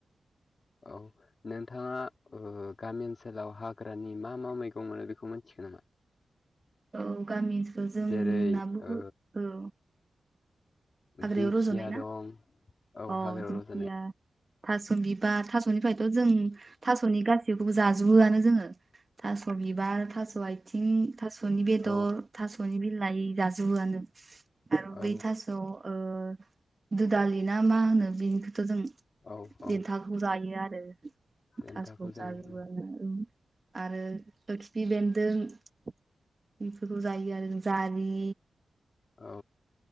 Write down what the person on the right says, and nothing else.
औ गामि ओनसोलाव जोंना
बुहुत
औ। हाग्रायाव
रज'नाय ना
अ
दिंखिया
थास' बिबार थास'निफ्रायथ' जों थास'नि गासिखौबो जाजोबोआनो जोङो। थास' बिबार थास' आथिं थास'नि बेदर,
थास'नि बिलाइ जाजोबोआनो आरो
बै थास' ओ दुदालि ना मा होनो बेनिखौथ' जों
देन्थाखौ जायो आरो।
थास'खौ
जाजोबोयानो
ओं आरो खिफि बेन्दों बेफोरखौ जायो आरो जारि